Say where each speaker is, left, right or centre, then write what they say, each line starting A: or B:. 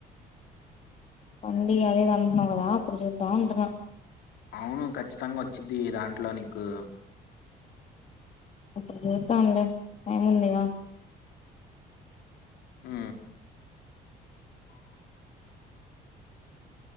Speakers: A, on the left (about 40°); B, on the left (about 75°).
A: వండడి అదే తంన్నాం కదా అప్పుడు చుద్దాంట
B: అవును ఖచ్చితంగా వచ్చిది దాని ఇట్లా నీకు
A: అప్పుడు చూద్దాంలే టైముందిగా
B: ఆ